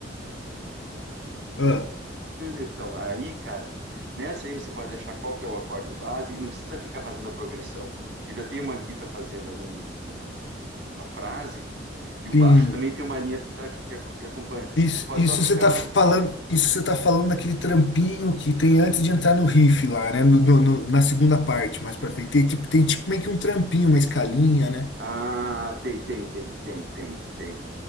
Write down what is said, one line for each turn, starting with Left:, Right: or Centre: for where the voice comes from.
Left: Ah,
Right: Então, aí, cara, nessa aí você pode achar qual que é o acorde base e não precisa ficar fazendo a progressão. Porque já tem uma guita fazendo ali um- um- uma frase e o
Left: sim.
Right: baixo também tem uma linha que, tá, que, que, que acompanha.
Left: Isso,
Right: Você pode
Left: isso
Right: só ficar.
Left: você tá falando, isso você tá falando daquele trampinho que tem antes de entrar no riff lá, né? No, no- no- na segunda parte, mais pra frente. Tem, tipo, tem tipo meio que um trampinho, uma escalinha, né?
Right: Ah, tem, tem, tem, tem, tem, tem.